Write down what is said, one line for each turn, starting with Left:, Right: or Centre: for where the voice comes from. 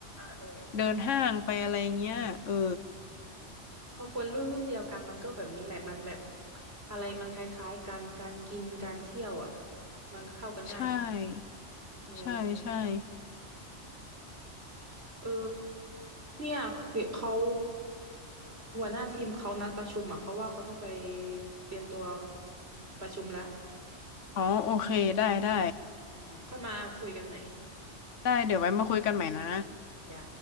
Right: เออ
Left: เดินห้างไปอะไรเงี้ยเออ
Right: พอคนรุ่นรุ่นเดียวกันมันก็แบบนี้แหละมันแบบอะไรมันคล้ายๆกันการกินการเที่ยวอ่ะมันเข้ากันง่ายเลย
Left: ใช่
Right: เออ
Left: ใช่ใช่
Right: เออเนี่ยเดี๋ยวเขาหัวหน้าทีมเขานัดประชุมอ่ะเขาว่าเขาต้องไปเตรียมตัวประชุมละ
Left: อ๋อโอเคได้ได้
Right: อ่าค่อยมาคุยกันใหม่
Left: ได้เดี๋ยวไว้มาคุยกันใหม่นะ
Right: จ้า